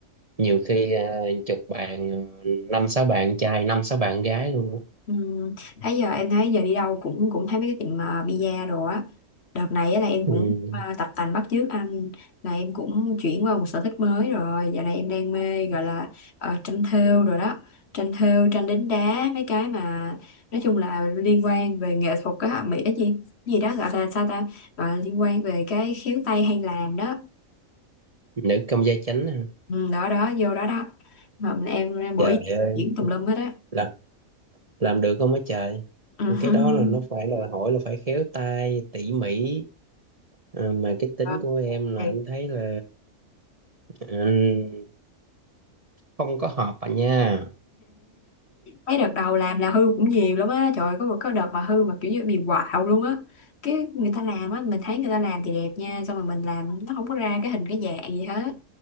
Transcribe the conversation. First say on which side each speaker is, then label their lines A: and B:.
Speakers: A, on the right (about 30°); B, on the left (about 55°).
A: nhiều khi ờ, chục bàn ờ, năm sáu bàn trai năm sáu bàn gái luôn á.
B: Ừ. Thấy giờ em thấy giờ đi đâu cũng cũng thấy mấy cái tiệm mà pizza đồ á đợt này á là em
A: ừ.
B: cũng à, tập tành bắt chước anh là em cũng chuyển qua một sở thích mới rồi giờ này em đang mê gọi là ờ, tranh thêu rồi đó tranh thêu tranh đính đá mấy cái mà nói chung là liên quan về nghệ thuật á mỹ cái gì gì đó gọi là sao ta gọi là liên quan về cái khéo tay hay làm đó
A: nữ công gia chánh à.
B: ừ, đó đó vô đó đó mà em, em buổi
A: trời ơi
B: diễn tùm lum hết á
A: làm làm được không á trời
B: <laughs>
A: cái đó là nó phải đòi hỏi là phải khéo tay tỉ mỉ Ờ, mà cái tính
B: Ừ. Ờ,
A: của em là
B: thì
A: anh thấy là ừ, không có hợp à nha
B: mấy đợt đầu làm là hư cũng nhiều lắm á trời ơi, có một cái đợt mà hư mà kiểu như bị quạo luôn á cái người ta làm á mình thấy người ta làm thì đẹp nha xong rồi mình làm nó không có ra cái hình cái dạng gì hết